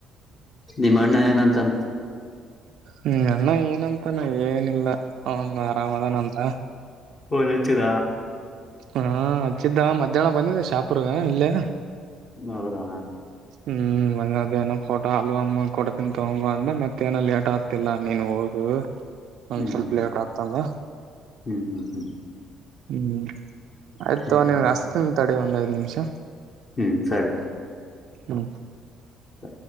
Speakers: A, on the left; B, on the right.
A: ನಿಮ್ ಅಣ್ಣ ಏನಂತಾನ.
B: ನ ಅಣ್ಣ ಏನಂತಾನ ಏನಿಲ್ಲ. ಅವ್ನ್ ಆರಾಮ್ ಅದಾನ್ ಅಂತ.
A: ಪೋನ್ ಹಚ್ಚಿದ.
B: ಹಾ ಹಚ್ಚಿದ್ದ ಮಧ್ಯಾಹ್ನ ಬಂದಿದೆ ಶಾಪೂರ್ಗ ಇಲ್ಲೇ.
A: ಹೌದಾ.
B: ಹ್ಮ್ <unintelligible> ಫೋಟೋ ಆಲ್ಬಮ್ ಕೊಡ್ತೀನಿ ತಗೊಂಬ ಅಂದ ಮತ್ತ ಏನ ಲೇಟ್ ಆಗ್ತಿಲ್ಲ ನೀನ್ ಹೋಗು. ಒಂದ್
A: ಹ್ಮ್
B: ಸ್ವಲ್ಪ
A: ಹ್ಮ್
B: ಲೇಟ್ ಆಗ್ತಂದ
A: ಹ್ಮ್ ಹ್ಮ್ ಹ್ಮ್
B: ಹ್ಮ್ ಆಯ್ತು
A: ಹ್ಮ್
B: ನೀನ್ಗೆ
A: ಹ್ಮ್
B: ಅಸ್ತಿನ್ ತಡಿ ಒಂದ್ ಐದ್ ವನ್ ನಿಮ್ಷ.
A: ಹ್ಮ್ ಸರಿ.
B: ನೊ.
A: ಹ.